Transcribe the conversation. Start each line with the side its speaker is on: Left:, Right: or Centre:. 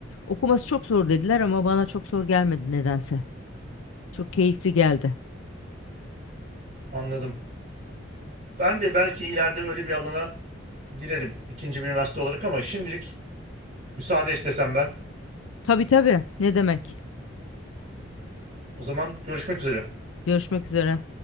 Left: Okuması çok zor dediler ama bana çok zor gelmedi nedense. Çok keyifli geldi.
Right: Anladım. Ben de belki ileride öyle bir alana girerim ikinci bir üniversite olarak ama şimdilik müsaade istesem ben.
Left: Tabii tabii ne demek.
Right: O zaman görüşmek üzere.
Left: Görüşmek üzere.